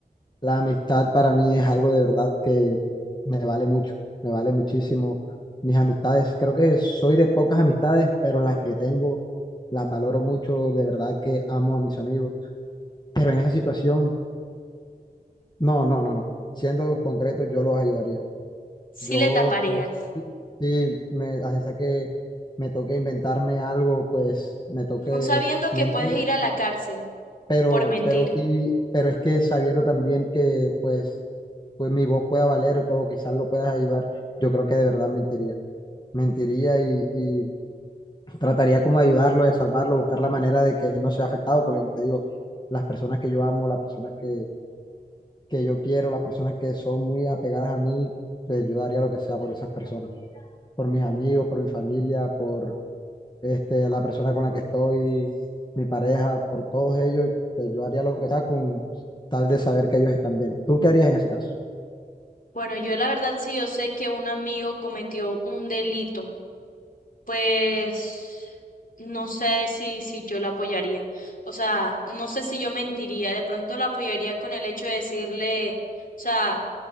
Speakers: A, on the left; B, on the left.
A: La amistad para mí es algo de verdad que me vale mucho, me vale muchísimo. Mis amistades, creo que soy de pocas amistades, pero las que tengo las valoro mucho, de verdad que amo a mis amigos. Pero en esa situación, no, no, no, no. Siendo concreto, yo los ayudaría.
B: sí
A: Yo,
B: le taparías,
A: pues, sí, sí, me, así sea que me toque inventarme algo, pues, me toque
B: aún sabiendo que
A: mentir,
B: puedes ir a la cárcel
A: pero,
B: por mentir.
A: pero, y, pero es que sabiendo también que, pues, pues mi voz pueda valer o quizás lo puedas ayudar, yo creo que de verdad mentiría. Mentiría y, y trataría como de ayudarlo, de salvarlo, buscar la manera de que él no sea afectado, porque como te digo, las personas que yo amo, las personas que, que yo quiero, las personas que son muy apegadas a mí, pues yo daría lo que sea por esas personas. por mis amigos, por mi familia, por este, la persona con la que estoy, mi pareja, por todos ellos, pues yo haría lo que sea con tal de saber que ellos están bien. ¿Tú qué harías en ese caso?
B: Bueno, yo la verdad sí, yo sé que un amigo cometió un delito pues no sé si, si yo la apoyaría. O sea, no sé si yo mentiría. De pronto la apoyaría con el hecho de decirle, o sea,